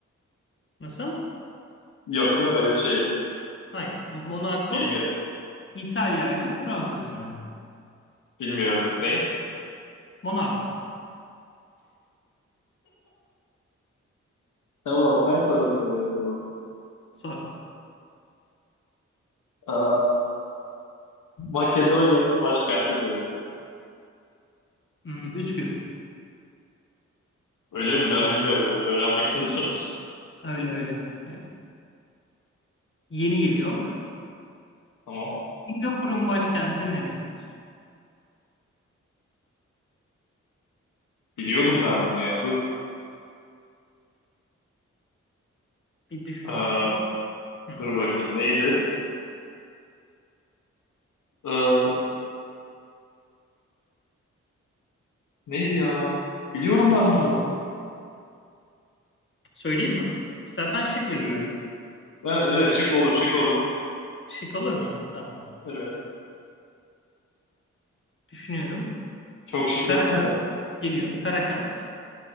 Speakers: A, on the left (about 40°); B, on the left (about 80°).
A: Nasıl?
B: Yok değil mi? Öyle bir şey yok.
A: Hayır. Monaco
B: Bilmiyorum.
A: İtalya ile Fransa sınırında.
B: Bilmiyorum. Ne?
A: Monaco.
B: Tamam ben sana soruyorum o zaman.
A: Sor.
B: E, Makedonya'nın başkenti neresi?
A: Hmm, Üsküp.
B: Öyle mi? Ben bilmiyorum. Ö- Öğrenmek için sordum.
A: Öyle öyle. Öyle. Yeni geliyor.
B: <laughs> Tamam.
A: Singapur'un başkenti neresidir?
B: Biliyordum ben bunu ya. Dur.
A: Bir düşün
B: Ee,
A: bakayım. Hı.
B: dur bakayım. Neydi? Ee, neydi ya? Biliyorum ben bunu.
A: Söyleyeyim mi? İstersen şık vereyim.
B: Buyurun. E- Evet şık olur şık olur.
A: Şık olur mu? Tamam.
B: Evet.
A: Düşünüyorum.
B: Çok şık
A: Karakat
B: yapma da.
A: geliyor. Karakas,